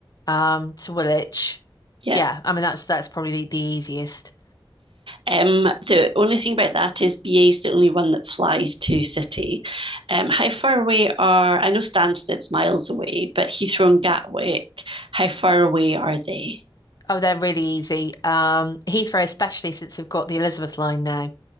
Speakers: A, on the left; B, on the right.
A: um to Woolwich.
B: Yeah.
A: Yeah, I mean that's that's probably the, the easiest.
B: Um, the only thing about that is BA is the only one that flies to City. Um, how far away are, I know Stansted's miles away, but Heathrow and Gatwick, how far away are they?
A: Oh, they're really easy. Um, Heathrow, especially since we've got the Elizabeth line now.